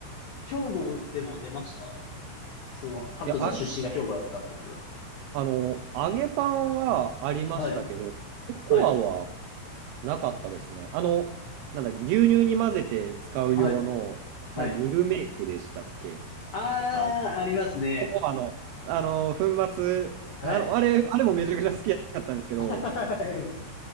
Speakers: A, on the left (about 85°); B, on the right (about 85°).
A: 兵庫でも出ましたその、ハルトさん出身が兵庫だったってことだっ
B: や、あ、あの、揚げパンはありましたけど、
A: た。はい。
B: ココアは
A: はい。
B: なかったですね。あの、なんだ、牛乳に混ぜて使う用の、
A: はい。はい。
B: な、ミルメイクでしたっけ
A: ああ、
B: あ、
A: ありますね。
B: ココアの、あの、粉末、
A: はい。
B: あの、あれ、あれもめちゃくちゃ好きだったんですけど、
A: <laughs>